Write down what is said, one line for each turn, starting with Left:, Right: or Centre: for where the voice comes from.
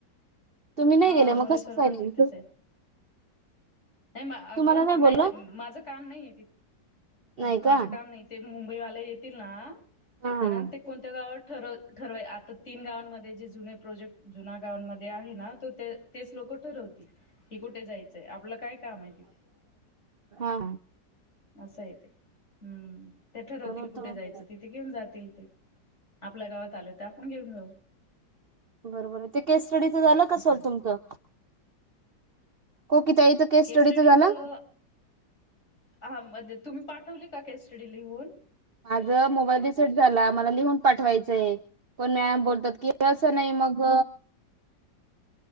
Right: तुम्ही नाही
Left: हा
Right: गेले
Left: मुरेश्वर
Right: मग कसं
Left: पण
Right: काय नाही?
Left: तिथेच आहे, नाही म अगं
Right: तुम्हाला बोललं?
Left: नाही माझ काम नाही य तिथ
Right: नाही
Left: माझं
Right: का?
Left: काम नाही ते मुंबईवाल्या येतील ना
Right: हा
Left: आणि ते कोणत्या गावात ठरव ठरवाय आता तीन गावांमध्ये जे जुने प्रोजेक्ट जुन्या गावांमध्ये आहे ना त तेच लोक ठरवती की कुठे जायच. य आपलं काय काम आहे तिथे
Right: हा
Left: असं य ते हम्म ते ठरवतील
Right: म्हणून
Left: कुठे
Right: तुम्ही
Left: जायचं तिथे घेऊन जातील. ते आपल्या गावात आलो त्या कोण घेतलव
Right: बरोबर आहे ते केस स्टडी झालं का सल
Left: आहे
Right: तुमचं कोकी ताईचं
Left: केस
Right: स्टडीचं
Left: स्टडीच
Right: झालं?
Left: अहा म्हजे तुम्ही पाठवली का केस स्टडी लिहून?
Right: माझ मोबाईल रिसेट झाला मला लिहून पाठवायचंय कोण न्यायाम बोलतात की असं नाही मग